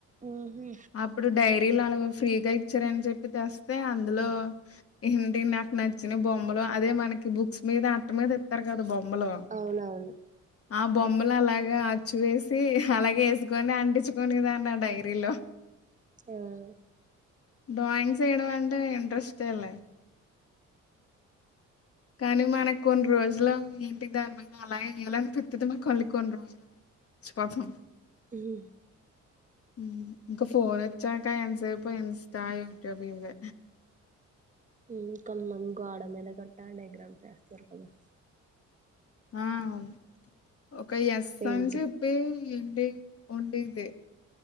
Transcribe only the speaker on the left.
అప్పుడు డైరీలు వాళ్లు ఫ్రీగా. చ్చర అని చెప్పి తెస్తే అందులో ఇంటి నాకు నచ్చిన బొమ్మలు అదే మనకి బుక్స్. ఆహ్ అట్ట మీద ఇస్తారు కదా బొమ్మలు
ఆ బొమ్మలు. బొమ్మలు అలాగా అచ్చువేసి అలాగే వేసుకొని అంటించుకోనే దాన్ని ఆ డైరీలో.
డ్రాయింగ్ చేయటం అంటే ఇంంట్రెస్టేలే. కానీ మనకు కొన్ని రోజులు ఏంటి దాని మీద అలాగే గీయాలనిపిస్తది మళ్ళీ కొన్ని కొన్ని రోజులు ప్రథం.
ఉమ్ ఇంకా ఫోన్ వచ్చాక ఎంతసేపు ఇన్స్టా యూట్యూబ్ ఇవే.
ఆహ్ ఒక ఎస్
అని చెప్పి. ఉమ్ ఉంటే ఇదే.